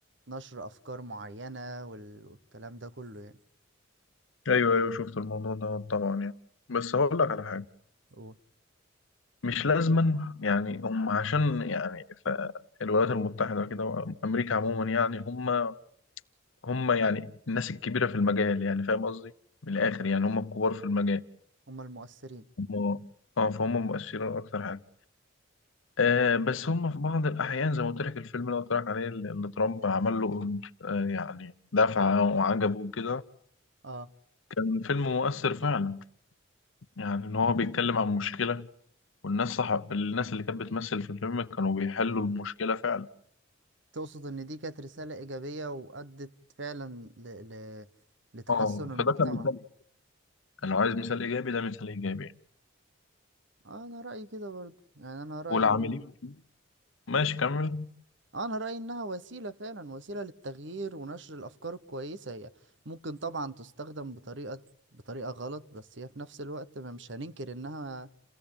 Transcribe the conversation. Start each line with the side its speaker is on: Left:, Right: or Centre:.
Right: نشر افكار معينة وال- والكلام ده كله يعني
Left: ايوه ايوه شفت الموضوع ده طبعا يعني بس هقول لك على حاجه
Right: قول.
Left: مش لازما يعني هم عشان يعني ف- الولايات المتحده كده وامريكا عموما يعني هم هم يعني الناس الكبيره في المجال يعني فاهم قصدي من الاخر يعني هم الكبار في المجال
Right: هما المؤثرين
Left: هم اه فهم مؤثرين اكتر حاجه آه بس هم في بعض الأحيان زي ما قلت لك الفيلم اللي قلت لك عليه اللي اللي ترامب عمل له آه يعني دفعة وعجبه وكده
Right: اه
Left: الفيلم مؤثر فعلا يعني إن هو بيتكلم عن مشكلة والناس صح الناس اللي كانت بتمثل في الفيلم كانوا بيحلوا المشكلة فعلا
Right: تقصد إن دي كانت رسالة إيجابية وأدت فعلا ل... ل... لتحسن
Left: اه
Right: المجتمع
Left: فده كان مثال كان لو عايز مثال إيجابي ده مثال إيجابي
Right: آه، أنا رأيي كده برضو يعني أنا رأيي
Left: والعاملين
Right: إنها
Left: فيه ماشي كمل
Right: آه، أنا رأيي إنها وسيلة فعلا وسيلة للتغيير ونشر الأفكار الكويسة هي ممكن طبعا تستخدم بطريقة بطريقة غلط بس هي في نفس الوقت ما مش هننكر إنها